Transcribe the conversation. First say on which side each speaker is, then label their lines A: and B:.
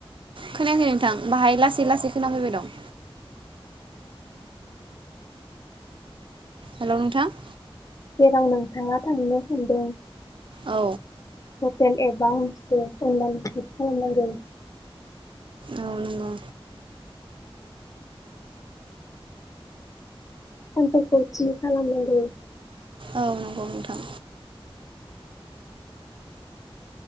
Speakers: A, on the right; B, on the left.
A: खोनायाखै नोंथां बाहाय लासै लासै खोनाफैबाय दं। हेल' नोंथां।
B: जेराव नोंथाङा थांनो सानदों
A: औ
B: हटेल एबा हस्टेल अनलाइन बुक खालामनांगोन।
A: औ नंगौ
B: सानफोरखौ थि खालामनांगोन।
A: औ नंगौ नोंथां।